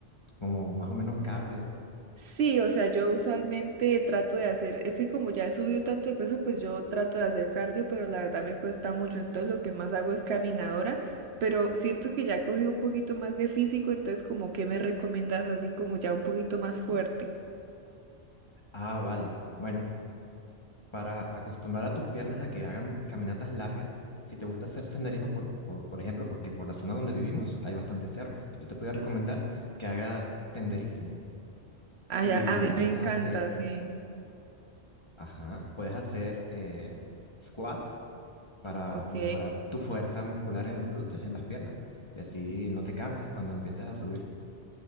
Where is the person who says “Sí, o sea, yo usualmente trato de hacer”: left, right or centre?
Right